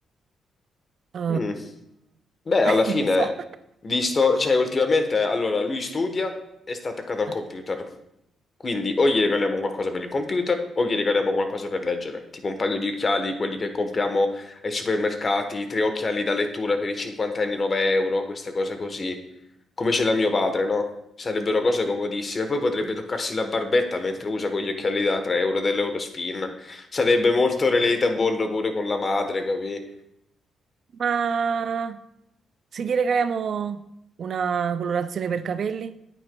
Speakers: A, on the right; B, on the left.
A: Eh,
B: Mm. Beh, alla
A: <laughs>
B: fine,
A: non lo so.
B: visto, cioè ultimamente, allora lui studia e sta attaccato al
A: Ah,
B: computer, quindi o gli regaliamo qualcosa per il computer o gli regaliamo qualcosa per leggere, tipo un paio di occhiali, quelli che compriamo ai supermercati, tre occhiali da lettura per i cinquantenni, 9 euro, queste cose così, come ce l'ha mio padre, no? Sarebbero cose comodissime. Poi potrebbe toccarsi la barbetta mentre usa con gli occhiali da 3 euro dell'Eurospin. Sarebbe molto relatable pure con la madre, capi?
A: Ma se gli regaliamo una colorazione per capelli,